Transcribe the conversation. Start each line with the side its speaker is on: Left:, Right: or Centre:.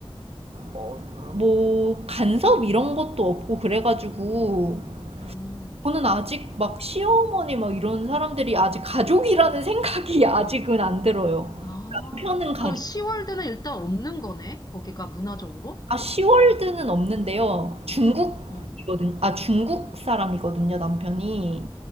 Right: 어, 뭐, 간섭 이런 것도 없고 그래가지고,
Left: 음.
Right: 저는 아직 막 시어머니 막 이런 사람들이 아직 가족이라는 생각이 <laughs> 아직은 안 들어요.
Left: 아,
Right: 남편은 가족.
Left: 그럼 시월드는 일단 없는 거네? 거기가 문화적으로?
Right: 아, 시월드는 없는데요. 중국이거든.
Left: 어.
Right: 아, 중국 사람이거든요, 남편이.